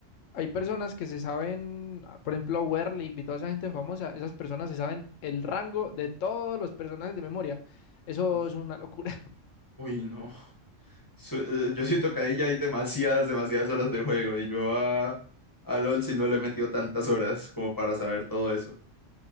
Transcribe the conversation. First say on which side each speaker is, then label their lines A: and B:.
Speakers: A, on the left (about 80°); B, on the left (about 20°).
A: hay personas que se saben, ah, por ejemplo, Werlip y toda esa gente famosa, esas personas se saben el rango de todos los personajes de memoria. Eso
B: Ush.
A: es una locura. <laughs>
B: Uy, no. Su- eh, yo siento que ahí ya hay demasiadas, demasiadas horas de juego y yo a, a LOL si no le he metido tantas horas como para saber todo eso.